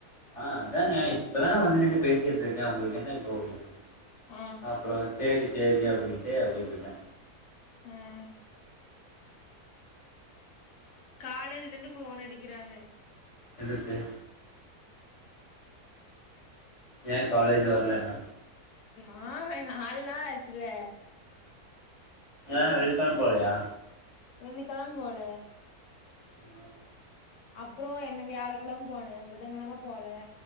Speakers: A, on the left (about 30°); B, on the left (about 65°).
A: ஆ அதாங்க இப்பதான வந்து நின்னு பேசிட்ருக்க உங்ளுக்கு என்ன இப்போ அப்டினு
B: ஆ
A: அப்பறம் சேரி சேரி அப்டின்ட்டு அப்டியே போய்ட்டா
B: ம் காலேஜ்லந்து ஃபோனடிக்கிறாங்க
A: எதுக்கு ஏ காலேஜு வர்லனா
B: ஹா நால் நாள ஆச்சுல
A: அ வெள்க்கழம் போலையா
B: வெள்ளி கெழம் போல
A: அ
B: அப்றோ என்ன வியாழக்கெழம் போன புதன்கெழம போல